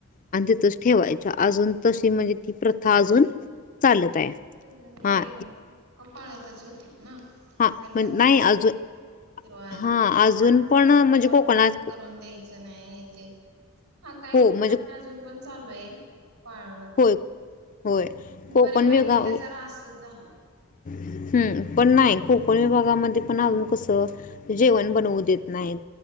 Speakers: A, on the left; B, on the right.
A: आणि तिथंच ठेवायच अजून तशी म्हणजे ती प्रथा अजून चालत आहे.
B: पहिलं ते.
A: हां,
B: लोक पाळतच होतीत ना?
A: हा
B: बाहेर
A: पण
B: बसवा
A: नाही अजून
B: किंवा
A: हां, अजून पण
B: जेवण
A: म्हणजे कोकणात
B: करून द्यायचं नाही ते हा काही
A: हो, म्हणजे
B: नाही अजून पण चालू आहे. पाळणूक
A: होय, होय कोकण
B: बऱ्यापैकी
A: वेळ गाव
B: त्याचा रासच झालाय.
A: हम्म पण नाही कोकण विभागामध्ये पण अजून कसं जेवण बनवू देत नाहीत.